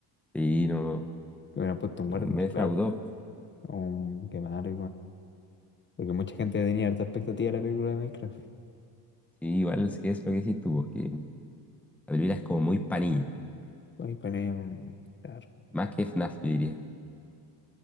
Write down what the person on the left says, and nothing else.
Que hubieran puesto un
guardián,
claro,
o un quemar, Porque mucha gente tenía harta expectativa de la película de Minecraft.
Bueno, y pone un- Claro,